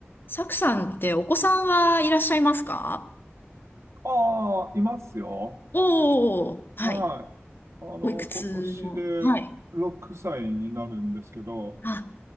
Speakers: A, on the left (about 50°); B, on the right (about 85°).
A: サクさんってお子さんはいらっしゃいますか
B: ああ、いますよ。
A: おおー、はい。
B: はい。あの、
A: おいくつのはい。
B: 今年で6歳になるんですけど、
A: あ、